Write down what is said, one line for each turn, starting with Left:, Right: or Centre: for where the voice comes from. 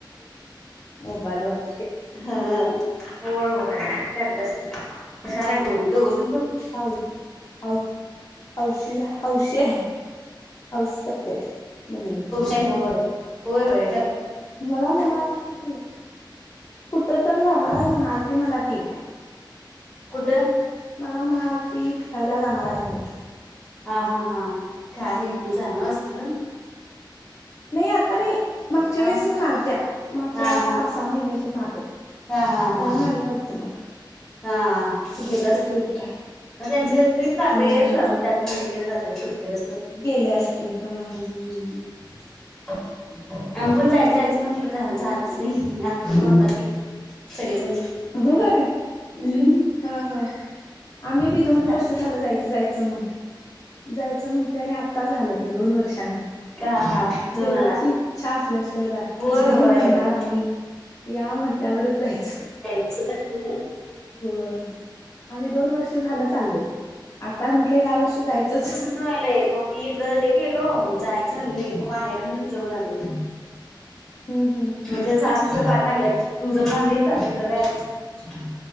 Left: मोबाईलवररती
Centre: हा हो होय करताच ब हुशार आहे गोरी दोज
Left: ह हौशी हौशी आहे पाऊस करतेेत मुलींची
Centre: होर हो ये हो ये
Left: मला म्हणाल ती कुठ जर जाणार आहे म्हणाल ती मला ती
Centre: कुठ
Left: मला म्हणालती फिरायला जाणार आहे म्हणे
Centre: हा हा हा काय मी पण जाण असल
Left: नई आता नई मागच्या
Centre: हा
Left: वेळेस म्हणाल आलत्या मागच्या
Centre: हा
Left: वेळेस
Centre: हा
Left: पासा सहा महिन्याच्या माग
Centre: हा हा हा
Left: जाऊन आल्या वाटत मग
Centre: हा
Left: कुठे
Centre: गेलं
Left: कुठे
Centre: असत
Left: ट्रीपला
Centre: मग त्यांच तात
Left: हा
Centre: येच मग त्यात मग तिथ जात्यात फिर फिर आस्ती
Left: गेल्या असतील हा हा
Centre: हम् <inaudible> आम्ही पण जायचं जायचं म्हटलं त झालंच नाही आता म्हटला ते सगळेजण
Left: हो ये
Centre: ह
Left: ह ह आम्ही बी दोन
Centre: झालंच
Left: वर्ष झालं,
Centre: नाही
Left: जायच जायचं म्हणतेय, जायचं म्हणतेय आणि आता झालं ते दोन वर्षान.
Centre: का जाऊन
Left: देवाची
Centre: आला
Left: इच्छा असल्याशिवाय जा,
Centre: होय
Left: देव
Centre: होय
Left: म्हणणार आम्ही या म्हंटल्यावरच जायचं.
Centre: <unintelligible>
Left: होय. आम्ही दोन वर्ष झालं चालोय, आता म्हंटलं ह्या वर्षी जायचंच.
Centre: फीरालंय मग मी हे केलो, जायचं हाय म बाहेर म्हण जऊन आलो.
Left: हम्म हम्म.
Centre: ज सहाास रुपये पाात लागले तू जऊन आणस आपण ज <unintelligible>